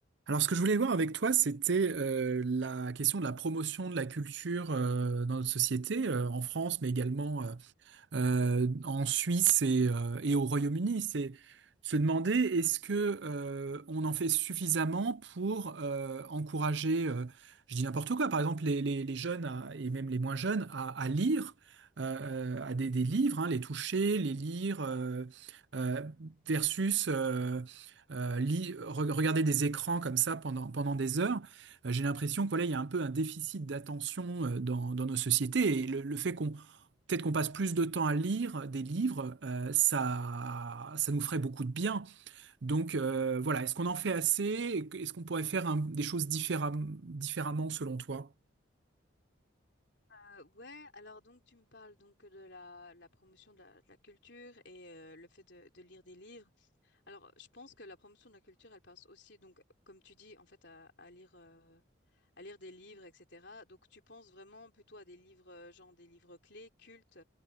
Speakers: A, on the right; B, on the left.
A: Alors, ce que je voulais voir avec toi, c'était euh, la question de la promotion de la culture euh, dans notre société, euh, en France, mais également euh, euh, en Suisse et, euh, et au Royaume-Uni. C'est se demander est-ce que euh, on en fait suffisamment pour euh, encourager, euh, je dis n'importe quoi, par exemple les, les, les jeunes à- et même les moins jeunes à, à lire. euh, euh, à des, des livres, hein, les toucher, les lire, euh, euh, versus euh, euh, li- re- regarder des écrans comme ça pendant, pendant des heures. Euh, J'ai l'impression que voilà, il y a un peu un déficit d'attention euh, dans, dans nos sociétés et le, le fait qu'on Peut-être qu'on passe plus de temps à lire des livres, euh, ça, ça nous ferait beaucoup de bien. Donc euh, voilà, est-ce qu'on en fait assez? Est-ce qu'on pourrait faire un- des choses différem- différemment selon toi?
B: Euh, ouais, alors donc tu me parles donc de la, la promotion de la, de la culture et euh, le fait de, de lire des livres. Alors je pense que la promotion de la culture, elle passe aussi donc comme tu dis en fait à, à lire euh, à lire des livres, etc. Donc tu penses vraiment plutôt à des livres euh, genre des livres clés, cultes,